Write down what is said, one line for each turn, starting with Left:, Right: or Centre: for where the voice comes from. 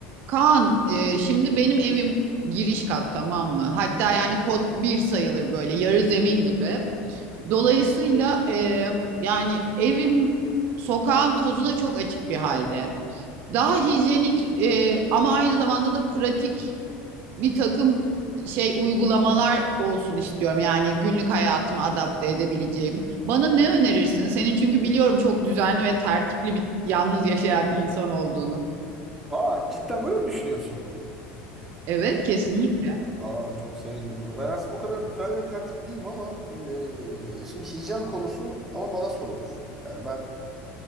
Right: Kaan, e, şimdi benim evim giriş kat tamam mı? Hatta yani kod bir sayılır böyle yarı zemin gibi. Dolayısıyla e, yani evim sokağın tozuna çok açık bir halde. Daha hijyenik e, ama aynı zamanda da pratik bir takım şey uygulamalar olsun istiyorum. Yani günlük hayatıma adapte edebileceğim. Bana ne önerirsin? Senin çünkü biliyorum çok düzenli ve tertipli bir yalnız yaşayan insan olduğunu.
Centre: Aa cidden böyle mi düşünüyorsun?
Right: Evet, kesinlikle.
Centre: Aa çok sevindim buna. Ben aslında o kadar düzenli ve tertipli değilim ama eee, şimdi hijyen konusu ama bana sorulur. Yani ben